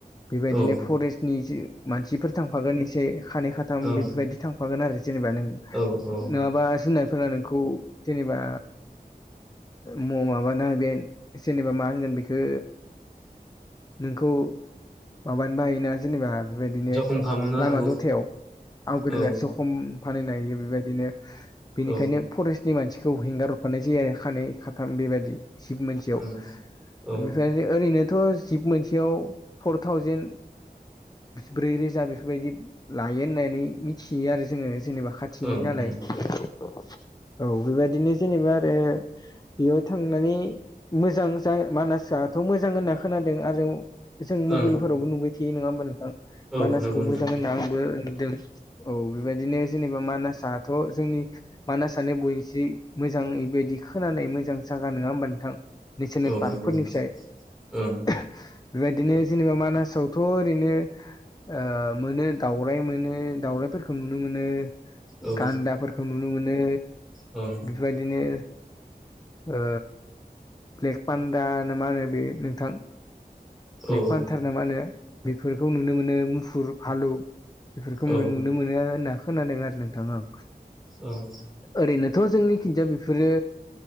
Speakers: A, on the left; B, in the centre.
A: बेबायदिनो
B: औ
A: फरेस्टनि जो मानसिफोर थांफागोन एसे खानै खाथाम
B: ओं
A: बेफोरबायदि थांफागोन आरो जेनेबा नों
B: औ औ
A: नङाबा जुनारफोरा नोंखौ जेनेबा म माबाना बे जेनेबा मा होनगोन बेखौ नोंखौ माबानो हायोना जेनेबा बेबायदिनो
B: जखम खालामनो
A: लामा
B: हागौ
A: दथायाव आवग्रिलाय
B: औ
A: खम फाननो हायो बेबायदिनो बेनिखायनो
B: औ
A: फरेस्ट नि मानसिखौ हेंगार हरफानाय जायो खानै खाथाम बेबायदि जिब मोनसेयाव
B: ओं औ
A: बेफ्राय ओरैनोथ' जिब मोनसेयाव फर थावजेेन ब्रै रोजा बेफोरबायदि लायो होननानै मिथियो आरो जोङो जेनेबा खाथिनि
B: ओं
A: नालाय
B: ओं
A: औ बेबायदिनो जेनेबा आरो बेयाव थांनानै मोजां जा-मानासथ' होनना खोनादों आरो जों मबाइलफोरावबो
B: ओं
A: नुबाय थायो नङा होमबा नोंथां
B: औ
A: मानासखौ
B: नंगौ नोंथां
A: मोजां होनना आंबो नुदों औ बेबायदिनो जेनेबा मानासथ' जोंनि मानास सानो बयनिस मोजां बेबायदि खोनानाय मोजां जागा नङा होमबा नोंथां नेसनेल
B: औ
A: पार्कफोरनिसाय
B: नंगौ नोंथां ओं
A: बेबादिनो जेनेबा मानासावथ' ओरैनो ओ मोनो दाउराय मोनो दाउरायइफोरखौ नुनो मोनो
B: औ
A: गान्दाफोरखौ नुनो मोनो
B: ओं
A: बेफोर बायदिनो। ओ ब्लेक पान्दा ना मा होनो बे नोंथां। ब्लेग
B: औ
A: फान्थार
B: ओं
A: ना मा होनो बेफोरखौ नुनो मोनो मुफुर भालु। बेफोरखो
B: औ
A: नुनो मोनो होनना खोनादों आरो नोंथां आं।
B: औ।
A: ओरैनोथ जोंनि खिजा बेफोरो।